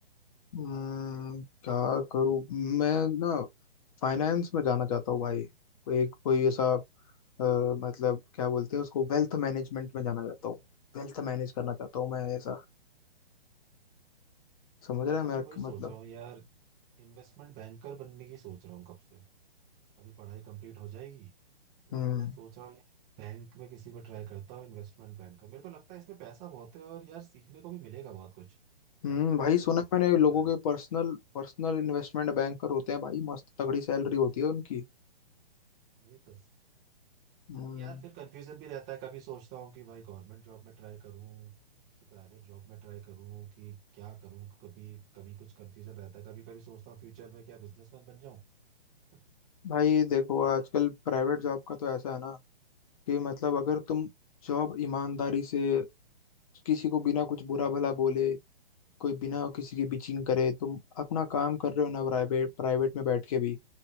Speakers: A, on the left; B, in the centre.
A: हम्म, क्या करूँ मैं ना फाइनेंस में जाना चाहता हूँ भाई कोई एक कोई ऐसा अ, मतलब क्या बोलते हैं उसको वेल्थ मैनेजमेंट में जाना चाहता हूँ वेल्थ मैनेज करना चाहता हूँ मैं ऐसा समझ
B: यार
A: रहा
B: मैं
A: है मेरा
B: भी वही सोच
A: मतलब
B: रहा हूँ यार इन्वेस्टमेंट बैंकर बनने की सोच रहा हूँ कब से अभी पढ़ाई कंप्लीट हो जाएगी तो
A: हम्म
B: उसके बाद सोच रहा हूँ यार बैंक में किसी में ट्राई करता हूँ इन्वेस्टमेंट बैंकर मेरे को लगता है इसमें पैसा बहुत है और यार सीखने को भी मिलेगा बहुत कुछ
A: हम्म भाई सुना
B: है ना
A: है मैंने
B: क्या बोलता
A: लोगों के
B: है
A: पर्सनल पर्सनल इन्वेस्टमेंट बैंकर होते हैं भाई मस्त तगड़ी सैलरी होती है उनकी
B: वही तो
A: हम्म
B: यार फिर कंफ्यूजन भी रहता है कभी सोचता हूँ कि भाई गवर्नमेंट जॉब में ट्राई करूँ कि प्राइवेट जॉब में ट्राई करूँ कि क्या करूँ कभी कभी कुछ कंफ्यूजन रहता है कभी कभी सोचता हूँ फ्यूचर में क्या बिजनेसमैन बन जाऊँ <laughs>
A: भाई
B: बट
A: देखो
B: वही
A: आजकल
B: है ना
A: प्राइवेट जॉब का तो ऐसा है ना कि मतलब अगर तुम जॉब ईमानदारी से किसी को बिना कुछ बुरा भला बोले कोई बिना किसी की
B: हाँ।
A: बिचिंग करे तुम अपना काम कर रहे हो ना प्राइवेट प्राइवेट में बैठ के भी